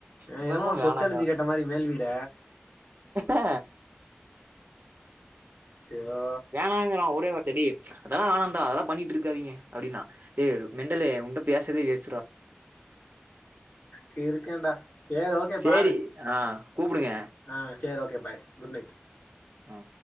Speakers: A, on the left; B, on the right.
A: ஆ,
B: இவ என்னமோ வேணாங்கிறா
A: சொத்தெழுதி கேட்ட மாரி மேல்வீட
B: அ
A: செயோ
B: வேணாங்குறா ஒரே வாரத்த டே அதெல்லா வேணாண்டா அதெல்லா பண்ணிட்ருக்காதீங்க அப்டின்னா டே மெண்டலே உன்ட்ட பேசதே வேஸ்
A: கிறுக்கண்டா சேரி ஓகே
B: சரி
A: பாரு
B: ஆ கூப்பிடுங்க.
A: ஆ சேரி ஓகே பாய் குட் நைட்
B: ஆ